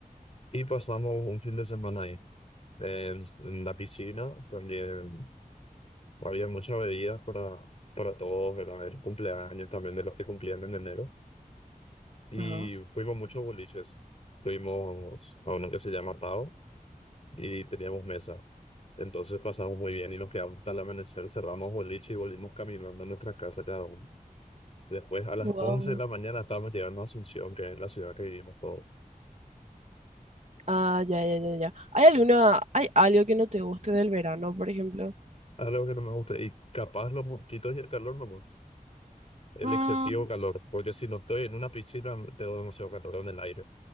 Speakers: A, on the left (about 45°); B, on the right (about 50°).
A: Y pasamos un fin de semana ahí, en, en la piscina, donde había muchas bebidas para, para todos, era el cumpleaños también de los que cumplían en enero. Y
B: Ajá.
A: fuimos muchos boliches. Fuimos a uno que se llama Tao y teníamos mesa. Entonces pasamos muy bien y nos quedamos hasta el amanecer, cerramos boliche y volvimos caminando a nuestra casa cada uno. Después a las
B: Wow.
A: 11 de la mañana estábamos llegando a Asunción, que es la ciudad que vivimos todos.
B: Ah, ya, ya, ya, ya. ¿Hay alguna, hay algo que no te guste del verano, por ejemplo?
A: Algo que no me gusta, y capaz los mosquitos y el calor, nomás, el
B: Mm,
A: excesivo calor, porque si no estoy en una piscina, tengo demasiado calor en el aire.